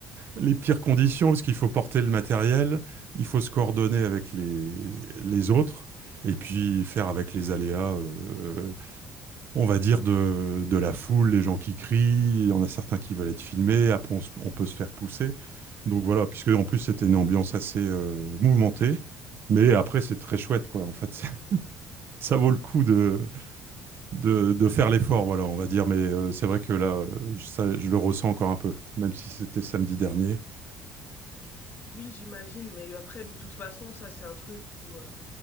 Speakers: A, on the right; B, on the left.
A: les pires conditions parce qu'il faut porter le matériel, il faut se coordonner avec les les autres et puis faire avec les aléas. euh, on va dire, de, de la foule, les gens qui crient, il y en a certains qui veulent être filmés, après on, se- on peut se faire pousser. Donc voilà, puisque en plus c'était une ambiance assez euh, mouvementée, mais après c'est très chouette quoi. En fait, <laughs> ça ça vaut le coup de, de, de faire l'effort, voilà, on va dire. Mais euh, c'est vrai que là, euh, ça, je le ressens encore un peu, même si c'était samedi dernier.
B: Oui, j'imagine, mais après, de toute façon, ça, c'est un truc où euh,